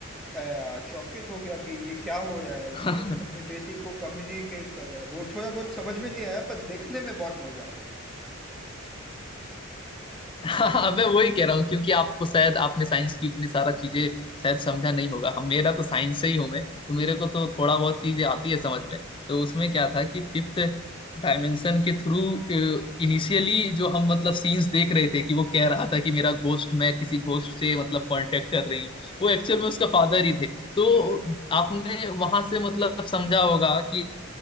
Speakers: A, in the centre; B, on the left.
A: आ, चौकित हो गया कि ये क्या हो रहा है
B: था
A: वो
B: <laughs>
A: अपनी बेटी को कम्युनिकेट कर रहा है वो थोड़ा बहुत समझ में नहीं आया पर देखने में बहुत मजा आया
B: हाँ मैं वही कह रहा हूँ क्योंकि आपको शायद आपने साइंस की उतनी सारा चीजें शायद समझा नहीं होगा हम मेरा तो साइंस से ही हूँ मैं तो मेरे को तो थोड़ा बहुत चीजें आती है समझ में तो उसमें क्या था कि फिफ्थ डायमेंशन के थ्रू इनिशियली जो हम मतलब सीन्स देख रहे थे कि वो कह रहा था कि मेरा घोस्ट मैं किसी घोस्ट से मतलब कांटेक्ट कर रही हूँ वो एक्चुअल में उसका फादर ही थे तो आपने वहां से मतलब समझा होगा कि